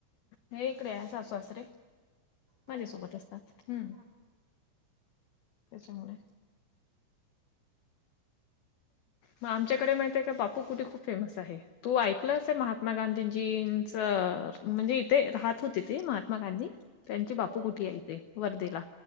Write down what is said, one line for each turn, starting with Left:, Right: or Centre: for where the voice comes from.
Left: हे इकडे आहे सासू सासरे.
Right: होय.
Left: माझ्या सोबत असतात. हम्.
Right: हा हा.
Left: त्याच्यामुळे. मग आमच्याकडे माहित आहे का? बापू कुटी खूप फेमस आहे. तू ऐकलं असेल? महात्मा गांधींजींच, म्हणजे इथे राहत होते ते. महात्मा गांधी. त्यांची बापू
Right: होय
Left: कुटी आहे. इथे वर्दीला.